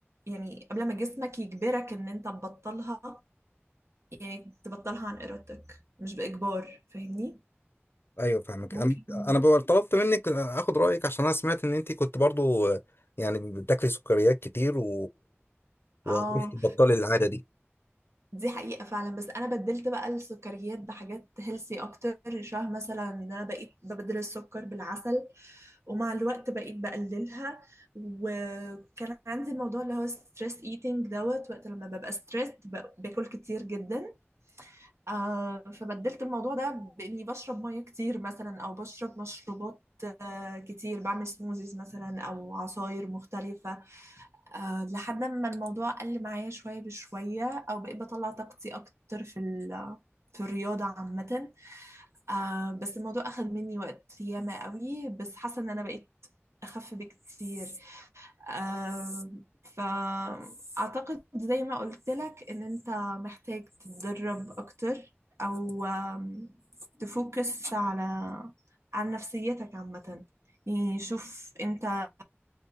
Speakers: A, on the right; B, on the left.
A: يعني قبل ما جسمك يجبرك ان انت تبطلها يعني تبطلها عن إرادتك مش بإجبار فاهمني
B: ايوه فاهمك
A: ممكن
B: انا انا بقى طلبت منك اخد رايك عشان انا سمعت ان انت كنت برضو آه، يعني بتاكلي سكريات كتير و وعرفتي
A: اه
B: تبطلي العاده دي
A: دي حقيقة فعلا بس أنا بدلت بقى السكريات بحاجات هيلسي أكتر شبه مثلا إن أنا بقيت ببدل السكر بالعسل ومع الوقت بقيت بقللها وكان عندي الموضوع اللي هو ستريس ايتينج دوت وقت لما ببقى ستريس باكل كتير جدا آه فبدلت الموضوع ده بإني بشرب مية كتير مثلا أو بشرب مشروبات آه كتير بعمل سموزيز مثلا أو عصاير مختلفة آه لحد ما الموضوع قل معايا شوية بشوية أو بقيت بطلع طاقتي أكتر في ال في الرياضة عامة آه بس الموضوع أخد مني وقت ياما قوي بس حاسة إن أنا بقيت أخف بكتير آه، فأعتقد زي ما قلت لك إن أنت محتاج تتدرب أكتر أو آم، تفوكس على على نفسيتك عامة يعني شوف أنت